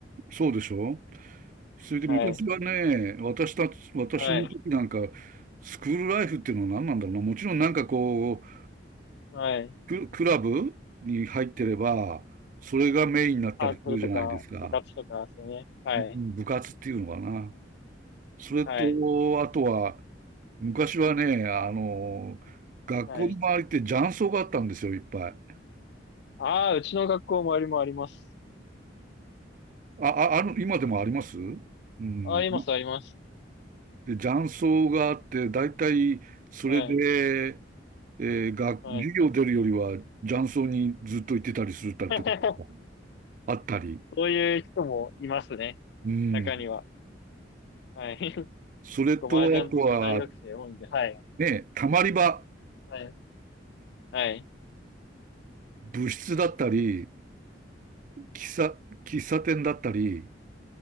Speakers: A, on the right; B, on the left.
A: そうでしょそれで昔はね、
B: はい。
A: 私たち、私の時なんか、
B: はい。
A: スクールライフっていうのは何なんだろうな。もちろんなんかこう、
B: はい。
A: ク、クラブに入ってれば、それがメインになったりするじゃないですか。
B: サークルとか、部活とかですよね。はい。
A: うん部活っていうのかな。それと、
B: はい。
A: あとは、昔はね、あの、学校の周りって雀荘があったんですよ、
B: はい。
A: いっぱい。
B: ああ、うちの学校もありもあります。
A: あ、あ、ある、今でもありますうん。
B: あいます、あります。
A: で、雀荘があって、だいたいそれで、
B: はい、
A: えー、が、
B: はい。
A: 授業出るよりは雀荘にずっと行ってたりするたってことも
B: <laughs>
A: あったり、
B: そういう人もいますね。
A: うん。
B: 中には。はい。<laughs>
A: それと、
B: 結構麻雀好き大学生多いんで、
A: あとは、
B: はい。
A: ね、たまり場、
B: はい。はい。
A: 部室だったり、喫茶、喫茶店だったり、